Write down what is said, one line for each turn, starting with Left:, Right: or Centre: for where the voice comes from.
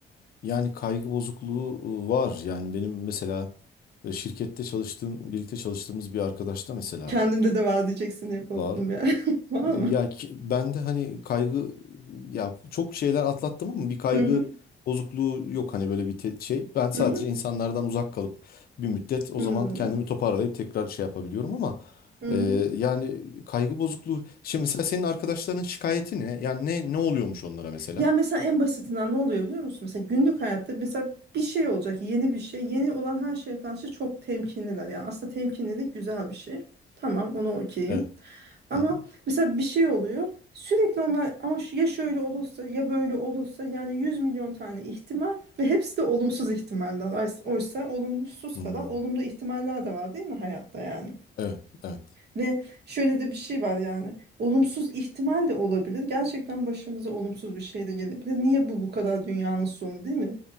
Left: Yani kaygı bozukluğu e, var. Yani benim mesela e, şirkette çalıştığım, birlikte çalıştığımız bir arkadaşta mesela
Right: Kendimde de vaat diyeceksin diye korktum
Left: var.
Right: ya. <laughs> Var mı?
Left: E, Ya ki- ben de hani kaygı ya çok şeyler atlattım ama bir kaygı
Right: Hı hı.
Left: bozukluğu yok hani böyle bir te- şey. Ben sadece
Right: Hı hı.
Left: insanlardan uzak kalıp bir müddet o
Right: Hı
Left: zaman kendimi toparlayıp tekrar şey yapabiliyorum ama
Right: hı.
Left: e,
Right: hı.
Left: yani kaygı bozukluğu. Şimdi mesela senin arkadaşların şikayeti ne? Yani ne ne oluyormuş onlara mesela?
Right: Ya mesela en basitinden ne oluyor biliyor musun? Mesela günlük hayatta mesela bir şey olacak, yeni bir şey. Yeni olan her şeye karşı çok temkinliler. Ya aslında temkinlilik güzel bir şey. Tamam, ona okeyim.
Left: Evet.
Right: Ama
Left: Hı hı.
Right: mesela bir şey oluyor. Sürekli onlar ama şu- ya şöyle olursa ya böyle olursa yani 100 milyon tane ihtimal ve hepsi de olumsuz ihtimaller. Oysa oysa olumsuz
Left: Hmm.
Right: kadar olumlu ihtimaller de var değil mi hayatta yani?
Left: Evet, evet.
Right: Ve şöyle de bir şey var yani. Olumsuz ihtimal de olabilir. Gerçekten başımıza olumsuz bir şey de gelebilir. Niye bu bu kadar dünyanın sonu değil mi?